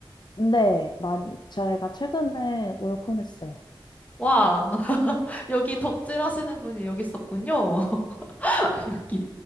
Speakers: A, on the left; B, on the left.
A: 네, 많이, 제가 최근에 올콘 했어요.
B: 와, <laughs> 여기 덕질 하시는 분이 여기 있었군요. <laughs> 여기.